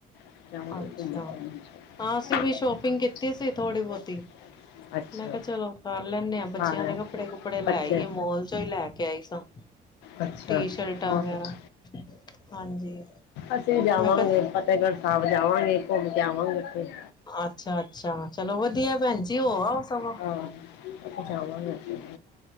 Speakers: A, on the left; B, on the left.
A: <unintelligible>
B: ਅੱਛਾ। ਹਾਂ ਅਸੀਂ ਵੀ ਸ਼ੋਪਿੰਗ ਕੀਤੀ ਸੀ ਥੋੜ੍ਹੀ ਬਹੁਤੀ।
A: ਅੱਛਾ
B: ਮੈਂ ਕਿਹਾ ਚਲੋ ਕਰ ਲੈਣੇ ਆ ਬੱਚੇਆਂ
A: ਹਾਂ
B: ਦੇ ਕੱਪੜੇ-ਕੁੱਪੜੇ ਲੈ
A: ਬੱਚੇ
B: ਆਈਏ ਮੋਲ ਚੋਂ ਈ ਲੈ ਕੇ ਆਈ ਸਾਂ।
A: ਅੱਛਾ
B: ਟੀ
A: ਛਾ
B: ਸ਼ਰਟਾਂ
A: ਹੋਰ
B: ਵਗੈਰਾ
A: ਕੁੱਛ,
B: ਹਾਂਜੀ
A: ਅਸੀਂ ਵੀ ਜਾਵਾਂਗੇ
B: ਮੈਂ ਕਿਹਾ
A: ਫਤ ਫ਼ਤੇਗੜ੍ਹ ਸਾਬ ਜਾਵਾਂਗੇ ਕੁਮ ਕੇ ਆਵਾਂਗੇ ਓਥੇ।
B: ਆਛਾ-ਆਛਾ ਚਲੋ ਵਧੀਆ ਭੈਣ ਜੀ ਹੋ ਆਓ ਸਗੋ।
A: ਹਾਂ ਜਾਵਾਂਗੇ ਅਪਾ ਸਾਰੇ